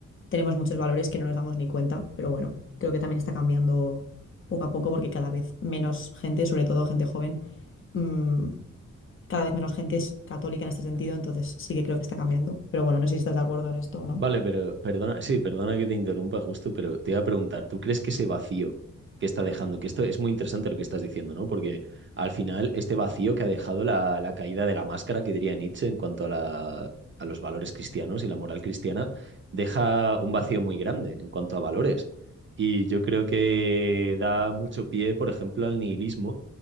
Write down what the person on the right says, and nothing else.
Vale, pero perdona, sí, perdona que te interrumpa justo, pero te iba a preguntar, ¿tú crees que ese vacío que está dejando, que esto es muy interesante lo que estás diciendo, ¿no? Porque al final este vacío que ha dejado la, la caída de la máscara, que diría Nietzsche en cuanto a la, a los valores cristianos y la moral cristiana, deja un vacío muy grande en cuanto a valores. Y yo creo que da mucho pie, por ejemplo, al nihilismo